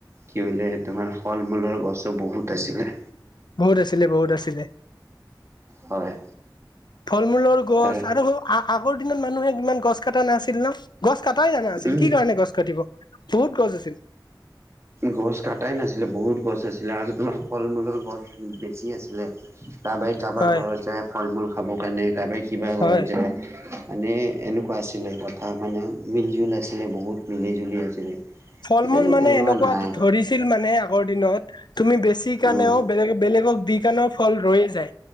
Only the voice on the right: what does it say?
কি। বোলে তোমাৰ ফল মূলৰ গছো বহুত আছিলে।
হয়।
তাই
উম,
গছ কটাই নাছিলে বহুত গছ আছিলে আৰু তোমাৰ। ফল মূলৰ গছ বেছি আছিলে। কাৰোবাই কাৰোবাৰ
ঘৰত যায় ফল মূল খাব কাৰণে কাৰাবাই কিবা
ঘৰত যায়। মানে এনেকুৱা আছিলে কথা মানে মিল জুল আছিলে বহুত মিলি জুলি আছিলে।
এতিয়াতো
তেনেকুৱা
নাই
উম,